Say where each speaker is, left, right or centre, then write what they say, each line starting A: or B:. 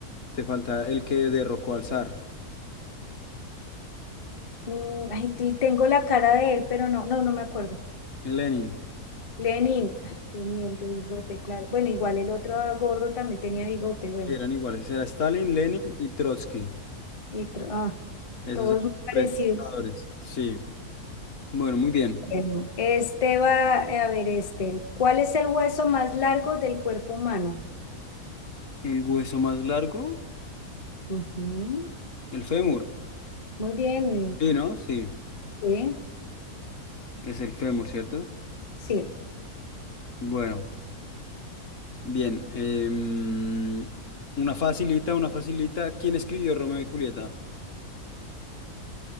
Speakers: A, on the left (about 55°); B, on the left (about 30°).
A: te falta el que derrocó al zar,
B: mm, ay, tengo la cara de él, pero no, no, no me acuerdo.
A: Lenin.
B: Lenin, ay, qué mierda, bigote, claro. Bueno, igual el otro gordo también tenía bigote, bueno.
A: Y eran iguales, era Stalin, Lenin y Trotsky.
B: Y otro- ah,
A: Esos
B: todos
A: eran
B: muy
A: los
B: parecidos.
A: tres dictadores. Sí. Bueno, muy bien.
B: Bueno, este va, eh, a ver, este. ¿Cuál es el hueso más largo del cuerpo humano?
A: ¿El hueso más largo?
B: Ujú,
A: El fémur.
B: Muy bien,
A: Sí, ¿no? Sí,
B: sí.
A: es el fémur, ¿cierto?
B: Sí.
A: Bueno, bien. em, una facilita, una facilita. ¿Quién escribió Romeo y Julieta?